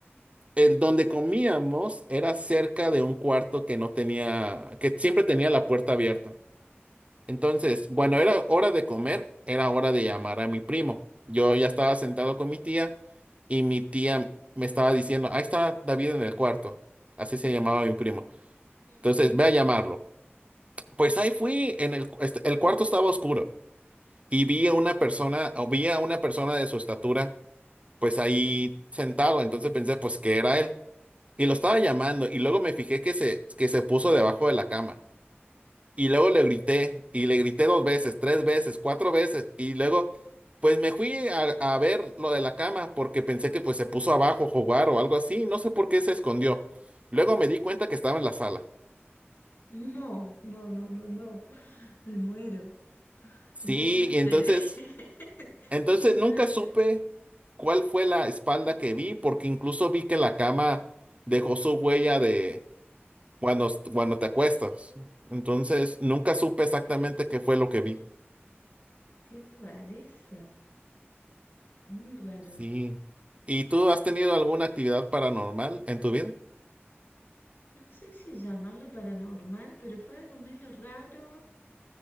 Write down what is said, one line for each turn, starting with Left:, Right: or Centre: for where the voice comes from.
Right: el donde comíamos era cerca de un cuarto que no tenía, que siempre tenía la puerta abierta. Entonces, bueno, era hora de comer, era hora de llamar a mi primo. Yo ya estaba sentado con mi tía y mi tía me estaba diciendo, ahí está David en el cuarto. Así se llamaba mi primo.
Left: Ujú.
Right: Entonces, ve a llamarlo. Pues ahí fui, en el, este, el cuarto estaba oscuro y vi a una persona, o vi a una persona de su estatura, pues ahí sentado. Entonces pensé, pues que era él. Y lo estaba llamando y luego me fijé que se, que se puso debajo de la cama. Y luego le grité y le grité dos veces, tres veces, cuatro veces. Y luego, pues me fui a, a ver lo de la cama porque pensé que pues se puso abajo a jugar o algo así. No sé por qué se escondió. Luego me di cuenta que estaba en la sala.
Left: No, no, no, no, no. Me muero.
Right: Sí,
Left: Me da una
Right: y
Left: C
Right: entonces,
Left: CB. <laughs>
Right: entonces
Left: Qué mal.
Right: nunca supe cuál fue la espalda que vi porque incluso vi que la cama dejó su huella de cuando, cuando te acuestas. Entonces, nunca supe exactamente qué fue lo que vi.
Left: Qué rareza. Muy raro.
Right: Sí. ¿Y tú has tenido alguna actividad paranormal en tu vida?
Left: No sé si llamarla paranormal, pero fue algo medio raro.